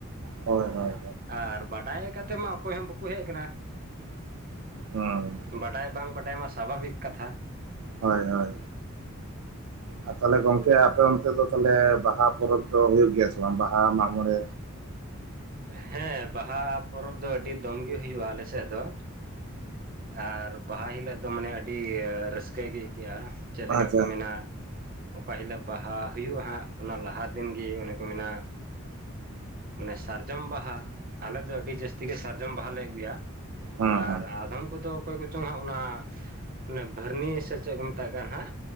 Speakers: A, on the right (about 85°); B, on the right (about 45°).
A: ᱦᱳᱭ ᱦᱳᱭ
B: ᱟᱨ ᱵᱟᱰᱟᱭ ᱠᱟᱛᱮᱫ ᱢᱟ ᱚᱠᱚᱭ ᱦᱚᱸ ᱵᱟᱠᱚ ᱦᱮᱡ ᱟᱠᱟᱱᱟ᱾
A: ᱦᱩᱸ
B: ᱵᱟᱰᱟᱭ ᱵᱟᱝ ᱵᱟᱰᱟᱭ ᱢᱟ ᱥᱟᱵᱷᱟᱵᱤᱠ ᱠᱟᱛᱷᱟ᱾
A: ᱦᱳᱭ ᱦᱳᱭ ᱟᱨ ᱛᱟᱦᱚᱞᱮ ᱜᱚᱝᱠᱮ ᱟᱯᱮ ᱚᱱᱛᱮ ᱫᱚ ᱛᱟᱦᱚᱞᱮ ᱵᱟᱦᱟ ᱯᱚᱨᱚᱵᱽ ᱫᱚ ᱦᱩᱭᱩᱜ ᱜᱮᱭᱟ ᱥᱮ ᱵᱟᱝ ᱵᱟᱦᱟ ᱢᱟᱜ ᱢᱚᱬᱮ,
B: ᱦᱮᱸ ᱵᱟᱦᱟ ᱯᱚᱨᱚᱵᱽ ᱫᱚ ᱟᱹᱰᱤ ᱫᱚᱢ ᱜᱮ ᱦᱩᱭᱩᱜᱼᱟ, ᱟᱞᱮᱥᱮᱫ ᱫᱚ᱾ ᱟᱨ ᱵᱟᱦᱟ ᱦᱤᱞᱳᱜ ᱫᱚ ᱢᱟᱱᱮ ᱟᱹᱰᱤ ᱨᱟᱹᱥᱠᱟᱹ ᱜᱮ ᱟᱹᱭᱠᱟᱹᱜᱼᱟ, ᱪᱮᱫ ᱞᱮᱠᱟ
A: ᱟᱪᱪᱷᱟ
B: ᱠᱚ ᱢᱮᱱᱟ ᱚᱠᱟ ᱦᱤᱞᱳᱜ ᱵᱟᱦᱟ ᱦᱩᱭᱩᱜᱼᱟ ᱦᱟᱸᱜ ᱚᱱᱟ ᱞᱟᱦᱟ ᱫᱤᱱᱜᱮ ᱚᱱᱮ ᱠᱚ ᱢᱮᱱᱟ ᱢᱟᱱᱮ ᱥᱟᱨᱡᱚᱢ ᱵᱟᱦᱟ ᱟᱞᱮ ᱫᱚ ᱟᱹᱰᱤ ᱡᱟᱹᱥᱛᱤ ᱜᱮ ᱥᱟᱨᱡᱚᱢ ᱵᱟᱦᱟᱞᱮ ᱟᱹᱜᱩᱭᱟ
A: ᱦᱮᱸ
B: ᱟᱨ
A: ᱦᱮᱸ
B: ᱩᱱᱠᱩ ᱫᱚ ᱚᱠᱚᱭ ᱠᱚᱪᱚᱝ ᱦᱟᱸᱜ ᱚᱱᱟ ᱮ ᱵᱷᱟᱹᱨᱱᱤ ᱥᱮ ᱪᱮᱫ ᱠᱚ ᱢᱮᱛᱟᱜ ᱠᱟᱱ ᱦᱟᱸᱜ᱾